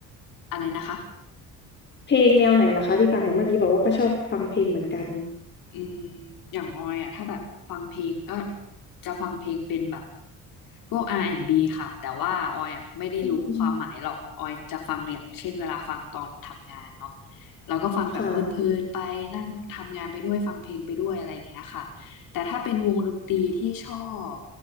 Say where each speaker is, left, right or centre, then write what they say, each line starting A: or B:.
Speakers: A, on the left (about 75°); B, on the left (about 30°).
A: อะไรนะคะ
B: เพลงแนวไหนล่ะคะที่ฟังเห็นเมื่อกี้บอกว่าก็ชอบฟังเพลงเหมือนกัน
A: อืมอย่างออยอ่ะถ้าแบบฟังเพลงก็จะฟังเพลงเป็นแบบพวก R&B ค่ะแต่ว่าออยอ่ะไม่ได้รู้ความหมายหรอกออยจะฟังอย่างเช่นเวลาฟังตอนทำงานเนาะ
B: อืม
A: เราก็ฟังแบบเพลินๆไปนั่งทำงานไปด้วยฟังเพลงไปด้วยอะไรอย่างเงี้ยค่ะแต่ถ้าเป็นวงดนตรีที่ชอบ
B: ค่ะ